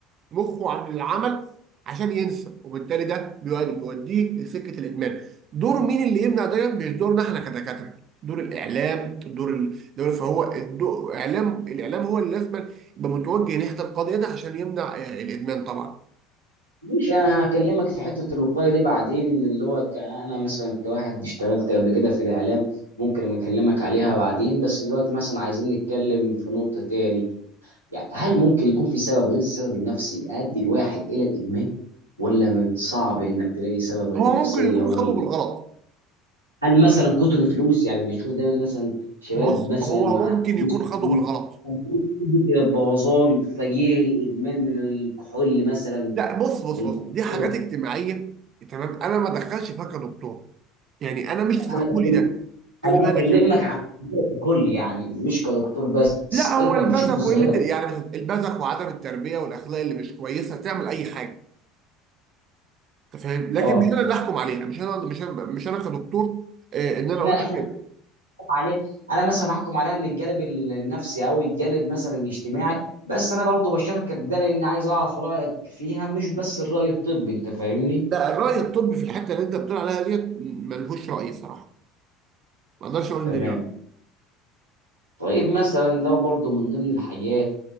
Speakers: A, on the right (about 40°); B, on the left (about 80°).
A: مخه عن العمل عشان ينسى وبالتالي ده بيؤدي- بيوديه لسكه الادمان دور مين اللي يمنع ده مش دورنا احنا كدكاتره دور الاعلام دور الدوله فهو الدو- اعلام الاعلام هو اللي لازم يبقى متوجه ناحيه القضيه دي عشان يمنع آه، الادمان طبعا
B: مش انا هكلمك في حته الوقايه دي بعدين اللي هو ك- انا مثلا كواحد اشتغلت قبل كده في الاعلام ممكن اكلمك عليها بعدين بس دلوقتي مثلا عايزين نتكلم في نقطه تاني يعني هل ممكن يكون في سبب غير السبب النفسي يؤدي الواحد الى الادمان ولا صعب انك تلاقي سبب غير
A: هو
B: النفسيه
A: ممكن يكون
B: هو
A: خده
B: اللي
A: بالغلط
B: بي... هل مثلا كتر فلوس يعني بنشوف دايما مثلا شباب
A: بص
B: مثلا
A: هو
B: معاه
A: ممكن
B: فلوس
A: يكون
B: كتير
A: خده بالغلط
B: فالفلوس تؤدي الى البوظان فجيه الادمان من الكحول مثلا
A: لا بص بص
B: والمخدرات
A: بص دي حاجات اجتماعيه تمام انا ما دخلش فيها كدكتور يعني انا مش تدخلي
B: لا انا بتكلم
A: ده خلي
B: انا
A: بالك
B: بكلمك
A: يعني
B: عن الظاهره ككل يعني مش كدكتور بس
A: لا هو
B: انت
A: البذخ
B: بتشوف الظاهره
A: وقله ال-
B: دي.
A: يعني مثلا البذخ وعدم التربيه والاخلاق اللي مش كويسه تعمل اي حاجه انت فاهم لكن
B: اه
A: مش انا اللي احكم عليها مش انا مش انا مش انا كدكتور آه، ان انا
B: احنا
A: اقول
B: احنا
A: لك إيه.
B: هنحكم عليه انا مثلا هحكم عليها من الجانب ال- النفسي او الجانب مثلا الاجتماعي بس انا برضو بشاركك ده لان عايز اعرف رايك فيها مش بس الراي الطبي انت فاهمني
A: لا الراي الطبي في الحته اللي انت بتقول عليها ديت ملهوش راي صراحه ما اقدرش اقول ان
B: تمام
A: ال-
B: طيب مثلا لو برضو من ضمن الحاجات